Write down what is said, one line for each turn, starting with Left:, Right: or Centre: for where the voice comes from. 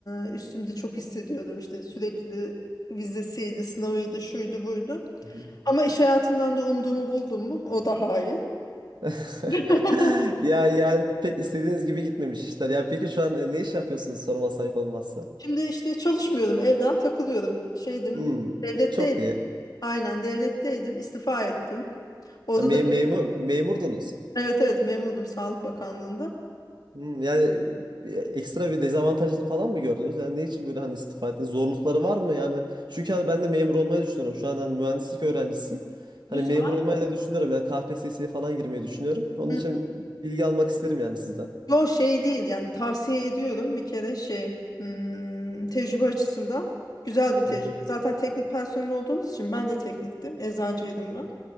Left: e, Üstümde çok hissediyordum İşte sürekli vizesiydi, sınavıydı, şuydu, buydu.
Right: Hmm.
Left: Ama iş hayatından da umduğumu buldum mu? O daha iyi.
Right: <laughs>
Left: <laughs>
Right: Ya yani pek istediğiniz gibi gitmemiş işler. Ya peki şu an e, ne iş yapıyorsunuz sorma sayıp olmazsa?
Left: Şimdi işte çalışmıyordum, evden takılıyordum. Şeydim,
Right: Hmm,
Left: devletteydim.
Right: çok iyi.
Left: Aynen devletteydim, istifa ettim. Orada
Right: Ya, me
Left: da
Right: memur, memurdunuz.
Left: evet evet memurdum Sağlık Bakanlığı'nda.
Right: Hmm, yani e, bir- ekstra bir dezavantajını falan mı gördünüz? Yani ne için böyle hani istifa ettiniz? Zorlukları var mı? Yani çünkü hani ben de memur olmayı düşünüyorum. Şu an hani mühendislik öğrencisiyim.
Left: Güzel.
Right: Hani memur olmayı da düşünüyorum. Yani KPSS'ye falan girmeyi düşünüyorum. Onun
Left: Hmm,
Right: için bilgi almak isterim yani sizden.
Left: Yo şey değil yani tavsiye ediyorum bir kere şey hmm, tecrübe açısından güzel bir tecrübe.
Right: Hı hı.
Left: Zaten teknik personel olduğunuz için ben de tekniktim, eczacıydım ben.